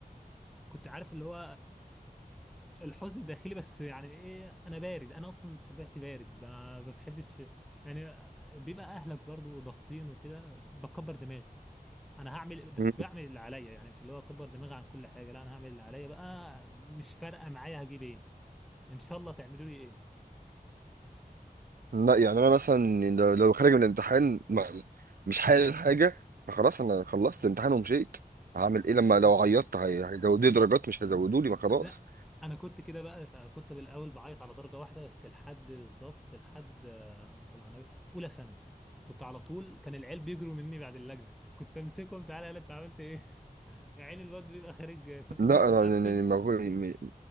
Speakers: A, in the centre; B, on the right.
A: كنت عارف اللي هو الحزن الداخلي بس يعني ايه انا بارد انا اصلا طبيعتي بارد ما ما بحبش يعني بيبقى اهلك برضو ضاغطين وكده بكبر دماغي انا هعمل بس
B: مم.
A: بعمل اللي عليا يعني مش اللي هو اكبر دماغي عن كل حاجه لا انا هعمل اللي عليا بقى مش فارقه معايا هجيب ايه ان شاء الله تعملوا لي ايه
B: لا يعني انا مثلا يعني لو لو خارج من الامتحان ما مش حالل حاجه فخلاص انا خلصت الامتحان ومشيت هعمل ايه لما
A: ايوه
B: لو عيطت هي- هيزودوا لي درجات مش هيزودوا لي ما خلاص
A: لا انا كنت كده بقى فكنت بالاول بعيط على درجه واحده بس لحد بالظبط لحد آه، اوصل على النبي اولى ثانوي كنت على طول كان العيال بيجروا مني بعد اللجنه كنت امسكهم تعالى يلا انت عملت ايه <laughs> عيل الواد بيبقى خارج فاكر
B: لا
A: نفسه
B: انا
A: مقفل
B: يعني يعني ما بقول- يعني